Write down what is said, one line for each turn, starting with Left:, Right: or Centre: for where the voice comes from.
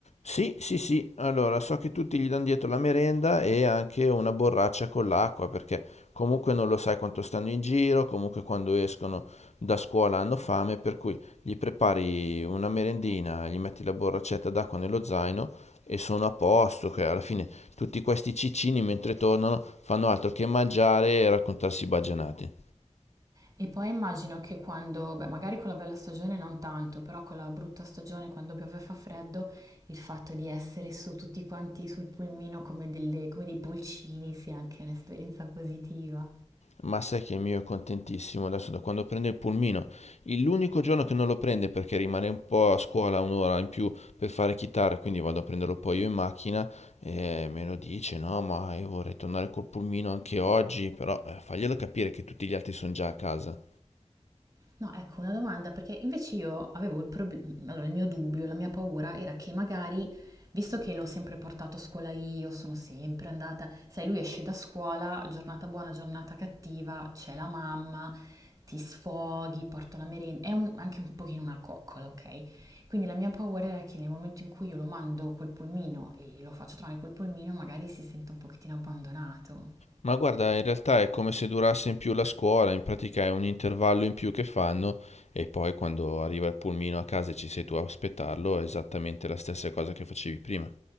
Left: Sì, sì, sì, allora so che tutti gli danno dietro la merenda e anche una borraccia con l'acqua perché comunque non lo sai quanto stanno in giro, comunque quando escono da scuola hanno fame, per cui gli prepari una merendina, gli metti la borraccetta d'acqua nello zaino e sono a posto, che alla fine tutti questi ciccini mentre tornano fanno altro che mangiare e raccontarsi baggianate.
Right: E poi immagino che quando, beh, magari con la bella stagione non tanto, però con la brutta stagione, quando piove e fa freddo, il fatto di essere su tutti quanti sul pulmino come delle- come dei pulcini sia anche un'esperienza positiva.
Left: Ma sai che il mio è contentissimo adesso da quando prende il pulmino. Il- L'unico giorno che non lo prende perché rimane un po' a scuola un'ora in più per fare chitarra, quindi vado a prenderlo poi io in macchina e me lo dice, no, ma io vorrei tornare col pulmino anche oggi, però eh, faglielo capire che tutti gli altri sono già a casa.
Right: No, ecco una domanda, perché invece io avevo il problema, allora il mio dubbio, la mia paura era che magari, visto che l'ho sempre portato a scuola io, sono sempre andata, sai, lui esce da scuola, giornata buona, giornata cattiva, c'è la mamma, ti sfoghi, porto la merenda, è un- anche un pochino una coccola, ok? Quindi la mia paura era che nel momento in cui io lo mando col pulmino e lo faccio trovare col pulmino, magari si sente un pochettino abbandonato.
Left: Ma guarda, in realtà è come se durasse in più la scuola, in pratica è un intervallo in più che fanno e poi quando arriva il pulmino a casa e ci sei tu a aspettarlo è esattamente la stessa cosa che facevi prima.